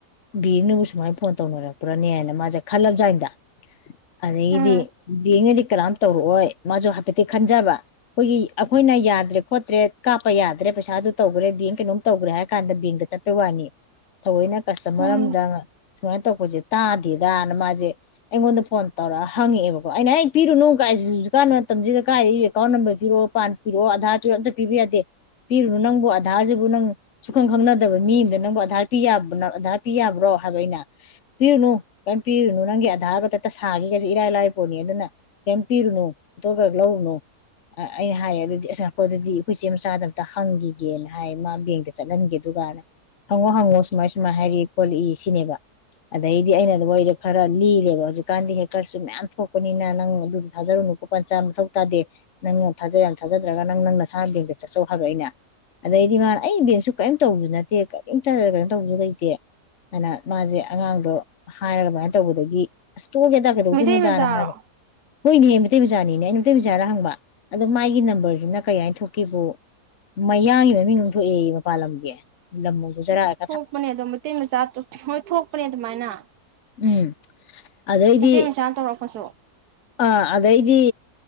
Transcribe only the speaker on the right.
ꯎꯝ
ꯎꯝ
ꯃꯩꯇꯩ ꯃꯆꯥꯔꯣ
ꯊꯣꯛꯄꯅꯦ ꯑꯗꯣ ꯃꯩꯇꯩ ꯃꯆꯥ ꯍꯣꯏ ꯊꯣꯛꯄꯅꯦ ꯑꯗꯨꯃꯥꯏꯅ
ꯃꯩꯇꯩ ꯃꯆꯥꯅ ꯇꯧꯔꯛꯄꯁꯨ